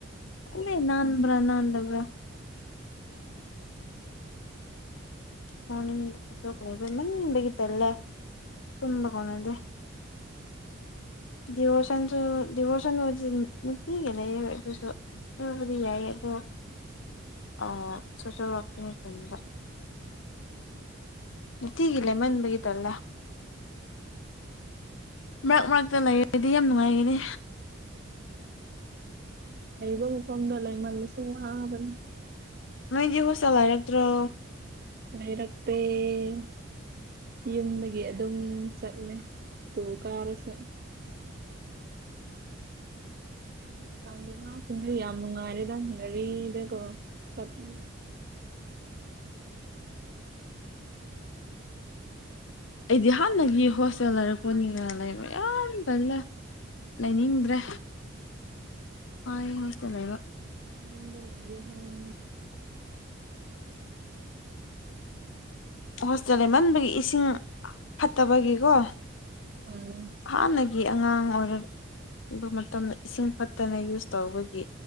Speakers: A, on the left; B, on the right.
A: ꯈꯪꯗꯦ ꯅꯥꯟꯕ꯭ꯔꯥ ꯅꯥꯟꯗꯕ꯭ꯔꯥ ꯅꯨꯡꯇꯤꯒꯤ <unintelligible> ꯇꯥꯜꯂꯦ ꯇꯨꯝꯕ ꯀꯣꯟꯅꯗꯦ ꯗꯤꯚꯣꯔꯁꯟꯁꯨ ꯗꯤꯚꯣꯔꯁꯟ ꯍꯣꯢꯁꯨ ꯅꯨꯡꯇꯤꯒꯤ ꯂꯩꯌꯦꯕ ꯑꯗꯨꯁꯨ ꯑꯗꯨꯕꯨꯗꯤ ꯌꯥꯏꯑꯦ ꯑꯗꯣ ꯑꯥ ꯁꯣꯁꯦꯜ ꯋꯥꯛ ꯃꯇꯥꯝꯗ ꯅꯨꯡꯇꯤꯒꯤ ꯂꯩꯃꯟꯕꯒꯤ ꯇꯜꯂꯦ ꯃꯔꯛ ꯃꯔꯛꯇ ꯂꯩꯔꯗꯤ ꯌꯥꯝ ꯅꯨꯡꯉꯥꯏꯒꯅꯤ
B: ꯂꯩꯕ ꯃꯐꯝꯗ ꯂꯩꯃꯜꯂꯁꯨ ꯋꯥꯕꯅꯤ
A: ꯅꯣꯏꯗꯤ ꯍꯣꯁꯇꯦꯜ ꯍꯥꯏꯔꯛꯇ꯭ꯔꯣ
B: ꯂꯩꯔꯛꯇ‌ꯦ ꯌꯨꯝꯗꯒꯤ ꯑꯗꯨꯝ ꯆꯠꯂꯦ ꯏꯁ꯭ꯀꯨꯜ ꯀꯥꯔꯁꯨ ꯒꯤ <unintelligible> ꯉꯥꯁꯤꯡꯗꯤ ꯌꯥꯝ ꯅꯨꯡꯉꯥꯏꯔꯦꯗ ꯒꯥꯔꯤꯗꯀꯣ ꯆꯠꯂ‌ꯦ
A: ꯑꯩꯗꯤ ꯍꯥꯟꯅꯒꯤ ꯍꯣꯁꯇꯦꯜ ꯂꯩꯔꯛꯄꯅꯤꯅ ꯂꯩꯕ ꯌꯥꯝ ꯇꯜꯂꯦ ꯂꯩꯅꯤꯡꯗ꯭ꯔꯦ ꯋꯥꯏ ꯍꫭꯁꯇ‌ꯦꯜ ꯂꯩꯕ
B: ꯌꯨꯝꯗ ꯂꯩꯔ‌ꯦ <unintelligible>
A: ꯍꯣꯁꯇꯦꯜ ꯂꯩꯃꯟꯕꯒꯤ ꯏꯁꯤꯡ ꯐꯠꯇꯕꯒꯤꯀꯣ
B: ꯎꯝ
A: ꯍꯥꯟꯅꯒꯤ ꯑꯉꯥꯡ ꯑꯣꯏꯔꯛ ꯑꯗꯨ ꯃꯇꯝꯗ ꯏꯁꯤꯡ ꯐꯠꯇꯅ ꯌꯨꯁ ꯇꯧꯕꯒꯤ